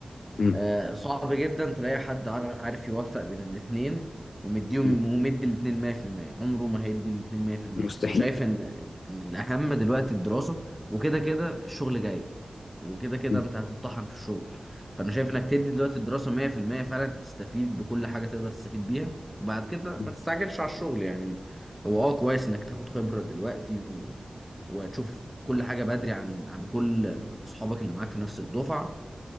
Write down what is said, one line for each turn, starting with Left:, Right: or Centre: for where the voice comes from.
Left: امم
Centre: آه، صعب جدا تلاقي حد عار- عارف يوفق بين الاتنين ومديهم
Left: إمم.
Centre: ومدي الاتنين 100% عمره ما هيدي الاتنين 100%
Left: مستحيل
Centre: وشايف ان ان الاهم دلوقتي الدراسة وكده كده الشغل جاي وكده كده
Left: إمم،
Centre: انت هتطحن في الشغل فانا شايف انك تدي دلوقتي الدراسة 100% فعلا تستفيد بكل حاجة تقدر تستفيد بيها وبعد كده
Left: إمم.
Centre: ما تستعجلش على الشغل يعني هو اه كويس انك تاخد خبرة دلوقتي و... وتشوف كل حاجة بدري عن عن كل اصحابك اللي معاك في نفس الدفعة